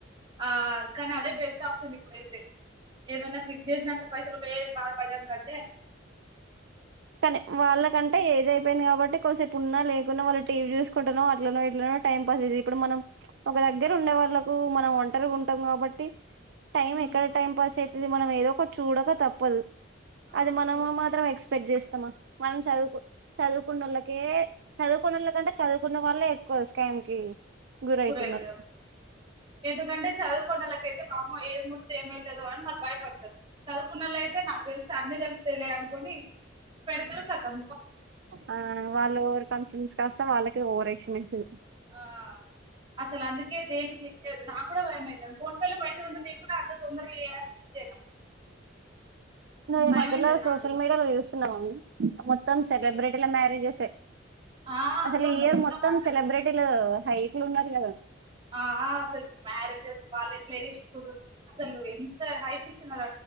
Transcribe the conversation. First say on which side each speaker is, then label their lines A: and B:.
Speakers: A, on the right (about 25°); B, on the right (about 60°).
A: ఆ కానీ అదే బెస్ట్ ఆప్షన్ ఇప్పుడైతే ఏదనా లిఫ్ట్ చేసినాక పైసలు పోయ బాధపడ్డానికంటే
B: కానీ వాళ్ళకంటే ఏజ్ అయిపోయింది కాబట్టి కొసేపు ఉన్నా లేకున్నా వాళ్ళు టీవీ చూసుకుంటునో అట్లనో ఇట్లనో టైం పాస్ అది ఇప్పుడు మనం ఒక దగ్గర ఉండే వాళ్ళలకు మనం ఒంటరిగా ఉంటాం కాబట్టి టైం
A: హ్మ్.
B: ఎక్కడ టైం పాస్ అయితది మనం ఏదో ఒకటి చూడక తప్పదు
A: ఆ!
B: అది మనం
A: ఫోనే
B: మాత్రం ఎక్స్పెక్ట్ చేస్త మనం చదువుకు చదువుకున్న వాళ్ళకే చదువుకోనోళ్ళ కంటే చదువుకున్న వల్ళ ఎక్కువ స్క కి గురవుతున్నారు
A: <unintelligible> అ ఎందుకంటే చదువుకొనోలకైతే పాపం ఏ ఏమవుతుందో అని వాళ్ళు భయపడతారు చదువుకున్నల అయితే నాకు తెలుసు అన్ని తెలుస్తేలే అనుకుని పెడతారు కటతం
B: ఆ వాళ్ళు ఓవర్ కాన్ఫిడెన్స్ కాస్తే వాళ్ళకి ఓవర్ ఎక్షన్ అవుతుది
A: ఆ అసలు అందుకే దేని క్లిక్ చేయెద్దు నా కూడా భయం అయితది ఫోన్పేలో పైసలు ఉంటుంది నేను కూడా అంత తొందరగా ఏ యాప్ యూస్ చేయను
B: నువ్వు ఈ
A: భయం
B: మధ్యలో
A: అవుతుంది నాకు
B: సోషల్
A: కూడా
B: మీడియా లో చూస్తున్నావా మొత్తం సెలబ్రిటీల
A: నేను,
B: మ్యారేజెస్
A: ఆ
B: అసలు
A: అక్క
B: ఈ ఇయర్ మొత్తం
A: అసలు
B: సెలబ్రిటీలు హైప్ లో ఉన్నారు కదా
A: ఆ అసలు మ్యారేజెస్ వాళ్ళు ఎట్లా చేసుకునుర్రు అసలు ఎంత హైపచ్చు ఉన్నది